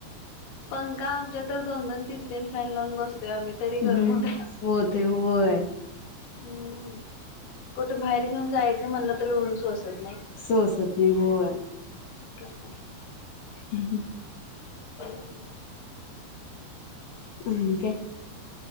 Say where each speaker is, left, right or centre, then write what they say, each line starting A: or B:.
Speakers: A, on the left; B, on the left.
A: पंखा आमच्यात तर दोन दोन तिनं तिन फॅन लावून बसतोय आम्ही तरी गरम
B: हम्म
A: होतंय
B: होते होय
A: हम्म कुठं बाहेर घेऊन जायचं म्हणलं तर हे ऊन सोसत नाही.
B: सोसत नाही होय.
A: काय करताय.
B: हम्म हम्म.
A: हम्
B: आणि काय?